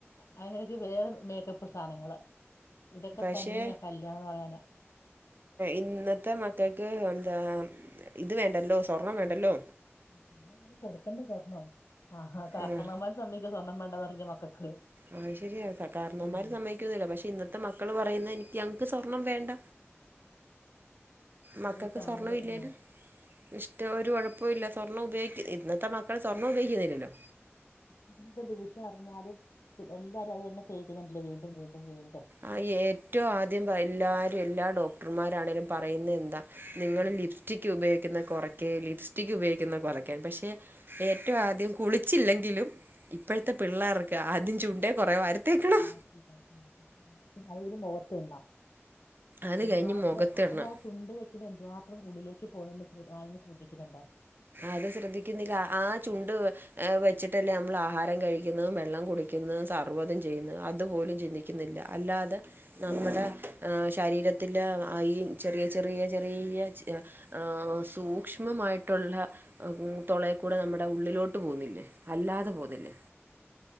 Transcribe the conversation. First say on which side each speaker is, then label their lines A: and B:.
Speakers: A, on the left; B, on the right.
A: അതിനിടയ്ക്ക് വേറെ മേക്കപ്പ് സാനങ്ങള്, ഇതൊക്കെതന്ന്യ
B: പക്ഷേ
A: കല്യാണംന്ന് പറയണെ
B: ഇന്നത്തെ മക്കക്ക് എന്താ ഇത് വേണ്ടല്ലോ, സ്വർണം വേണ്ടല്ലോ.
A: <unintelligible> കൊടുക്കണ്ടെ സ്വർണം. ആഹാ കാരണവൻമ്മാര്
B: ഉം
A: സമ്മയ്ക്കോ സ്വർണ്ണം വേണ്ട പറഞ്ഞ മക്കക്ക്.
B: അത് ശരിയാ കാർന്നോന്മാര്
A: ഉം
B: സമ്മയ്ക്കൊന്നുല്യ പക്ഷെ ഇന്നത്തെ മക്കള് പറയുന്നെ എനിക്ക് ഞങ്ങക്ക് സ്വർണം വേണ്ട മക്കക്ക്
A: ഒരുപാട് സാധനങ്ങള്
B: സ്വർണം ഇല്ലേലും,
A: ആഹ്
B: ഇഷ്ടം ഒരു കൊഴപ്പവുല്യ. സ്വർണ്ണം
A: പക്ഷെ
B: ഉപയോഗിക്യ, ഇന്നത്തെ മക്കൾ സ്വർണം ഉപയോഗിക്കുന്നില്ലല്ലോ.
A: ഇതിന്റെ ദൂഷ്യം അറിഞ്ഞാലും എല്ലാരും അത് തന്നെ തേക്കുന്നെ കണ്ടീലെ വീണ്ടും വീണ്ടും വീണ്ടും.
B: ആ ഏറ്റവും ആദ്യം എല്ലാരും എല്ലാ ഡോക്ടർമാരാണെേലും പറയുന്നത് എന്താ. നിങ്ങള്
A: ഉം,
B: ലിപ്സ്റ്റിക്ക് ഉപയോഗിക്കുന്നെ കുറക്ക്‌ ലിപ്സ്റ്റിക്ക് ഉപയോഗിക്കുന്നെ
A: ഉം,
B: കുറക്കാൻ പക്ഷെ ഏറ്റവും ആദ്യം കുളിച്ചില്ലെങ്കിലും, ഇപ്പോഴത്തെ
A: ഉം,
B: പിള്ളേർക്ക്
A: ഉം.
B: ആദ്യം ചുണ്ടേ കുറേ വാരി തേക്കണം
A: <unintelligible> <unintelligible> മുഖത്ത്ടണം,
B: അത്
A: എന്തുമാത്രം
B: കഴിഞ്ഞ് മുഖത്തിടണം
A: ആ അല്ല. ചുണ്ടിൽ വെക്ക്യ്മ്പോൾ എന്തു മാത്രം ഉള്ളിലേക്ക് പോയെന്ന്‌ ആരെങ്കിലും ശ്രദ്ധിക്കുന്നുണ്ടോ.
B: അത് ശ്രദ്ധിക്കുന്നില്ല. ആ ചുണ്ട് വെച്ചിട്ടല്ലേ നമ്മൾ ആഹാരം കഴിക്ക ന്നതും വെള്ളം കുടിക്കുന്നതും സർവ്വതും ചെയ്യുന്നു. അതുപോലും ചിന്തിക്കുന്നില്ല. അല്ലാതെ, നമ്മടെ ഏഹ് ശരീരത്തിന്റെ ആ ഈ ചെറിയ ചെറിയ ചെറിയ, ആ സൂക്ഷ്മമായിട്ട്, ട്ടുള്ള തൊളേക്കൂടെ നമ്മുടെ ഉള്ളിലോട്ട് പോകുന്നില്ലേ അല്ലാതെ
A: പിന്നെ
B: പോകുന്നില്ലേ